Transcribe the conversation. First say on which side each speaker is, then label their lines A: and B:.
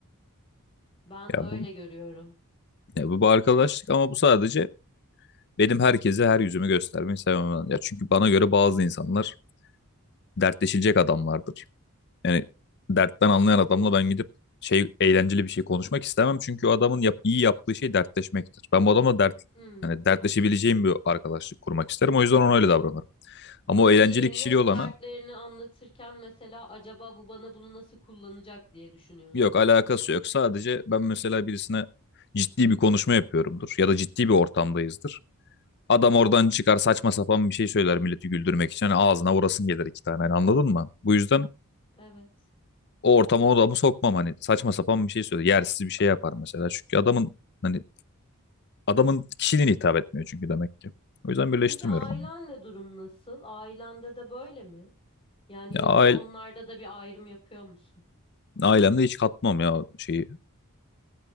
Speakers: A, on the left (about 25°); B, on the left (about 50°).
A: Ben
B: Ya
A: öyle
B: bu
A: görüyorum.
B: ya bu bir arkadaşlık ama bu sadece benim herkese her yüzümü göstermeyi sevmem. Ya çünkü bana göre bazı insanlar dertleşilecek adamlardır. Yani dertten anlayan adamla ben gidip şey eğlenceli bir şey konuşmak istemem çünkü o adamın yap, iyi yaptığı şey dertleşmektir. Ben bu adamla dert
A: Hmm.
B: yani dertleşebileceğim bir arkadaşlık kurmak isterim. O yüzden ona öyle davranırım. Ama
A: Ama
B: o eğlenceli
A: diğerine
B: kişiliği olana
A: dertlerini anlatırken mesela acaba bu bana bunu nasıl kullanacak diye düşünüyorsun.
B: Yok alakası yok. Sadece ben mesela birisine ciddi bir konuşma yapıyorumdur ya da ciddi bir ortamdayızdır. Adam oradan çıkar saçma sapan bir şey söyler milleti güldürmek için. Hani ağzına vurasın gelir iki tane hani anladın mı? Bu yüzden
A: Evet.
B: o ortama o adamı sokmam hani saçma sapan bir şey söyler. Yersiz bir şey yapar mesela. Çünkü adamın hani adamın kişiliğine hitap etmiyor çünkü demek ki. O yüzden birleştirmiyorum
A: Peki ailenle
B: onu.
A: durum nasıl? Ailende de böyle mi? Yani
B: Ya
A: yoksa
B: aile,
A: onlarda da bir ayrım yapıyor musun?
B: ailemde hiç katmam ya şeyi.